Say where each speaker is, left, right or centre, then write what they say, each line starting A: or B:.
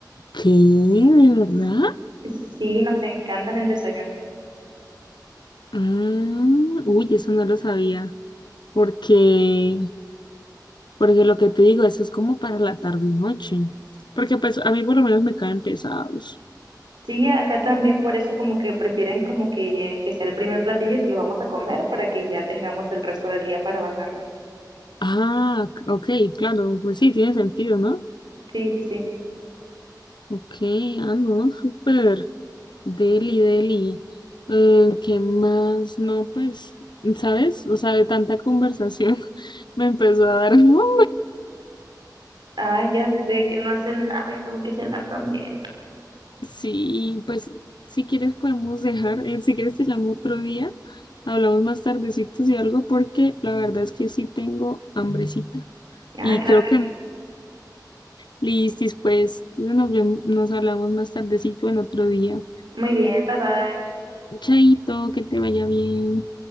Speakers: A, on the left; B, on the right.
A: ¿Qué? ¿De verdad?
B: Sí, nos encanta en el desayuno.
A: Ah, uy, eso no lo sabía. Porque, porque lo que te digo, eso es como para la tarde y noche. Porque pues a mí por lo menos me caen pesados.
B: Sí, acá también por eso como que prefieren como que, eh, que sea el primer platillo y se lo vamos a comer para que ya tengamos el resto del día para bajarlo.
A: Ah, ok, claro, pues sí, tiene sentido, ¿no?
B: Sí, sí, sí.
A: Ok, ah, no, súper. Deli, deli. Eh, ¿qué más? No, pues, ¿sabes? O sea, de tanta conversación <laughs> me empezó a dar <laughs> hambre.
B: Ay, ya sé, yo no hace nada, yo tengo que cenar también.
A: Sí, pues, si quieres podemos dejar, eh, si quieres te llamo otro día, hablamos más tardecitos y algo, porque la verdad es que sí tengo hambrecita.
B: Ah,
A: Y
B: claro
A: creo
B: que
A: que,
B: sí.
A: listis, pues, nos vemos, nos hablamos más tardecito en otro día.
B: Muy bien, bye bye.
A: Chaito, que te vaya bien.